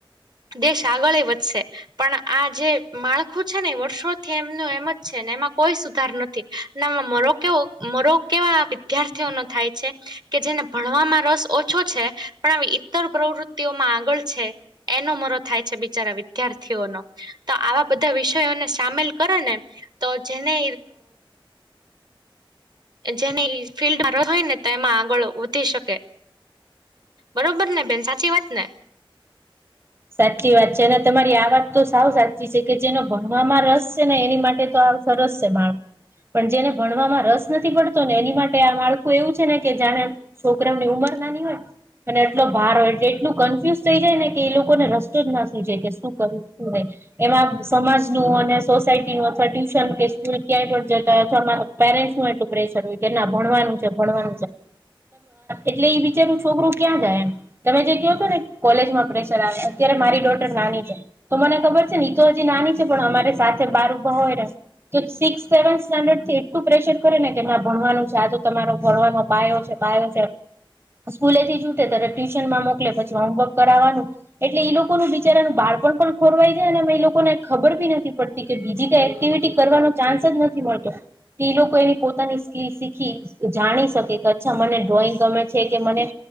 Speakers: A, on the right (about 50°); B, on the right (about 25°).
A: દેશ આગળ ય વધશે. પણ આ જે માળખું છે ને વર્ષોથી એમનું એમ જ છે ને એમાં કોઈ સુધાર નથી. નામાં મરો કેવો મરો કેવા વિદ્યાર્થીઓ નો થાય છે. કે જેને ભણવામાં રસ ઓછો છે પણ આવી ઈતર પ્રવૃત્તિઓમાં આગળ છે. એનો મરો થાય છે બિચારા વિદ્યાર્થીઓનો તો આવા બધા વિષયોને સામેલ કરે ને તો જેને જેને ફિલ્ડ હોય ને તો એમાં આગળ વધી શકે. બરોબર ને બેન સાચી વાત ને?
B: સાચી વાત છે અને તમારી આ વાત તો સાવ સાચી છે કે જેનો ભણવામાં રસ છે ને એની માટે તો સરસ છે માળ પણ જેને ભણવામાં રસ નથી પડતો ને એની માટે આ માળખું એવું છે ને કે જાણે છોકરાઓની ઉંમર નાની હોય અને એટલો ભાર હોય એટલે એટલું કન્ફ્યુઝ થઈ જાય ને કે એ લોકો લોકોને રસ્તો જ ના સુઝે કે શું કરું શું નય? એમાં સમાજ નું અને સોસાયટી નું અથવા ટ્યુશન કે સ્કૂલ ક્યાંય પણ જતા હોય અથવા પેરેન્ટ્સ નું એટલું પ્રેશર હોય કે ના ભણવાનું છે ભણવાનું છે. એટલે બિચારું છોકરું ક્યાં જાય એમ તમે જે કહો છો ને કોલેજમાં આપણે અત્યારે મારી ડોટર નાની છે. તો મને ખબર છે ને તો હજી નાની છે પણ અમારે સાથે બાર ઊભા હોય કે સિક્સ સેવન્ સ્ટાન્ડર્ડ થી એટલું પ્રેશર કરે ને કે ના ભણવાનું છે આજ તમારો ભણવાનો પાયો છે. છે સ્કૂલેથી છુટે તો ટ્યુશન માં મોકલે પછી હોમવર્ક કરાવવાનું એટલે ઈ લોકોનું બિચારાનું બાળપણ પણ ખોરવાય જાય અને એ લોકોને ખબર બી નથી પડતી કે બીજી કઈ એક્ટિવિટી કરવાનો ચાન્સ જ નથી મળતો કે લોકો એની પોતાની સ્કીલ શીખી જાણી શકે કે અચ્છા મને ડ્રોઈંગ ગમે છે કે મને